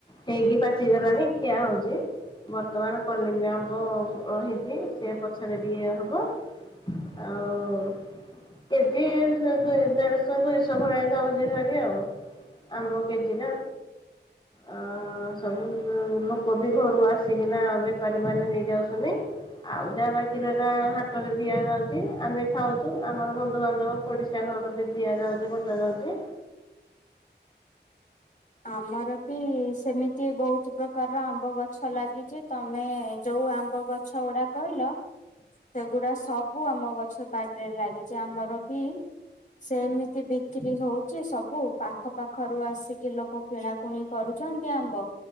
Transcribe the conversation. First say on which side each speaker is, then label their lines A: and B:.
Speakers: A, on the left; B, on the left.
A: ହେଇକି ପାଚିଗଲାଣି ଖିଆ ହଉଚି। ବର୍ତ୍ତମାନ କଲିମ୍ବି ଆମ୍ୱ-ଅ ହେଇଚି ସେ ପଛରେ ଟିକେ ହବ। ଆଉ କେଜି <unintelligible> ଦେଡଶହ ଦୁଇଶହ ଭଳିଆ ଯାଉଚି ଭାରି ଆଉ। ଆମ୍ବ କେଜି ଟା ଅ ସବୁ ଲୋକ ବି ଘରୁ ଆସିକିନା ବେପାରୀ ମାନେ ନେଇଯାଉଛନ୍ତି। ଆଉ ଯାହା ବାକି ରହିରା ହାଟରେ ଦିଆଯାଉଚି ଆମେ ଖାଉଚୁ ଆମର ବନ୍ଧୁବାନ୍ଧବ ପଡିଶା ଘର ବି ଦିଆ ଯାଉଚି ବଣ୍ଟା ଯାଉଚି।
B: ଆମର ବି ସେମିତି ବହୁତ ପ୍ରକାର ଆମ୍ବ ଗଛ ଲାଗିଚି ତମେ ଯୋଉ କଉ ଆମ୍ବ ଗଛ ଗୁଡା କହିଲ ସେଗୁଡା ସବୁ ଆମ ଗଛ ବାରିରେ ଲାଗିଚି ଆମର ବି ସେମିତି ବିକ୍ରି ହଉଚି ସବୁ ପାଖ ପାଖରୁ ଆସିକି ଲୋ କ କିଣାକୁଣି କରୁଚନ୍ତି ଆମ୍ବ।